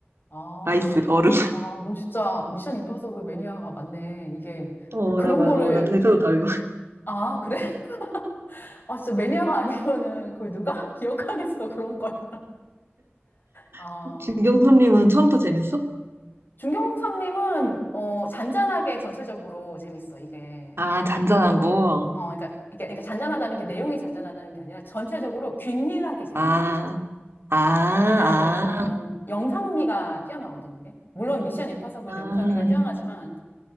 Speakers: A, on the left (about 50°); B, on the right (about 70°).
A: 아,
B: 아이스 얼음.
A: 아, 넌 진짜 미션 임파서블 매니아가 맞네. 이게,
B: 어,
A: 그런
B: 나 말,
A: 거를,
B: 어, 나 대사도 다 외워.
A: 아, 그래? <laughs> 아, 진짜 매니아가 아니면은 그걸 누가 <laughs> 기억하겠어, 그런 걸. 아.
B: <laughs> 진경선님은 처음부터 재밌어?
A: 중경삼님은 어, 잔잔하게 전체적으로 재밌어 이게.
B: 아 잔잔한 거.
A: 어, 그러니까 이게 그러니까 잔잔하다는 게 내용이 잔잔하다는 게 아니라 전체적으로 균일하게 재밌어.
B: 아, 아,
A: 왜냐하면
B: 아,
A: 영상미가 뛰어나거든 이게. 물론 미션 임파서블도
B: 아.
A: 영상미가 뛰어나지만